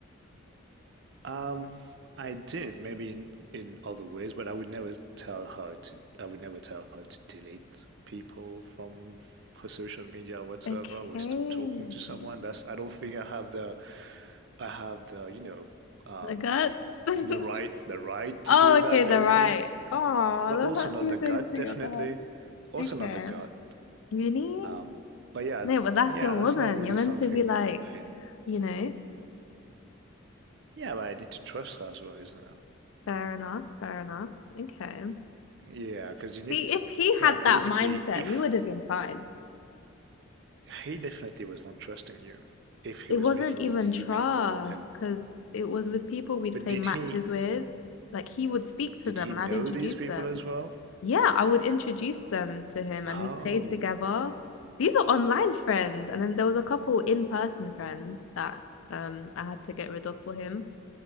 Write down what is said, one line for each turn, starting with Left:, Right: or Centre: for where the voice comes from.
Right: um, I did maybe in, in other ways, but I would never tell her to. I would never tell her to delete people from her social media or whatsoever.
Left: Okay.
Right: Or stop talking to someone. That's I don't think I have the I have the you know um,
Left: The guts. <laughs>
Right: the right the right to
Left: Oh,
Right: do
Left: okay,
Right: that
Left: the
Right: basically
Left: right. Oh,
Right: but
Left: that's
Right: also
Left: actually
Right: not the gut
Left: so sweet.
Right: definitely
Left: What the
Right: also
Left: heck? Okay.
Right: not the gut
Left: Really?
Right: um but yeah
Left: No, but that's
Right: yeah
Left: your woman.
Right: that's not really
Left: You're meant
Right: something
Left: to be like,
Right: i
Left: you know,
Right: yeah but i need to trust her as well isn't it
Left: fair enough, fair enough. Okay.
Right: yeah because you need
Left: See,
Right: to,
Left: if he
Right: yeah
Left: had
Right: basically
Left: that mindset,
Right: if
Left: we would have been fine.
Right: he definitely was not trusting you if he
Left: It
Right: was
Left: wasn't
Right: making
Left: even
Right: you delete
Left: trust
Right: people and
Left: because it was with people we'd
Right: but
Left: play
Right: did
Left: matches
Right: he
Left: with. Like he would speak to
Right: did
Left: them
Right: he
Left: and
Right: know
Left: I'd introduce
Right: these people
Left: them.
Right: as well
Left: Yeah, I would introduce them to him
Right: oh
Left: and we'd play together. These were online friends, and then there was a couple in-person friends that um I had to get rid of for him.